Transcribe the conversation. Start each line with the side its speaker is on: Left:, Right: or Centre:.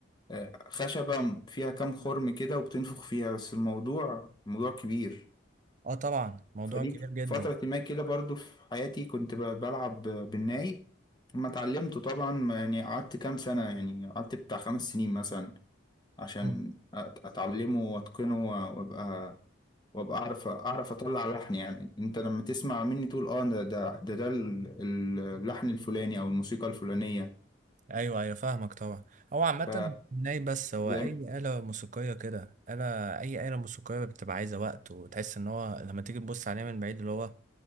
Left: آه، خشبه فيها كام خرم كده وبتنفخ فيها بس الموضوع موضوع كبير
Right: اه طبعا موضوع
Left: فدي
Right: كبير جدا
Left: فتره ما كده برضو في حياتي كنت ب- بلعب بالناي لما اتعلمته طبعا ما- يعني قعدت كام سنه يعني قعدت بتاع خمس سنين مثلا عشان
Right: مم.
Left: أت- اتعلمه واتقنه وابقى وابقى اعرف اعرف اطلع لحن يعني انت لما تسمع مني تقول اه ده ده ده, ده ال- اللحن الفلاني او الموسيقى الفلانية
Right: ايوه ايوه فاهمك طبعا هو عامة
Left: ف
Right: ناي بس هو
Left: زي-
Right: اي آلة موسيقية كده آلة اي آلة موسيقية بتبقى عايزة وقت وتحس ان هو لما تيجي تبص عليها من بعيد اللي هو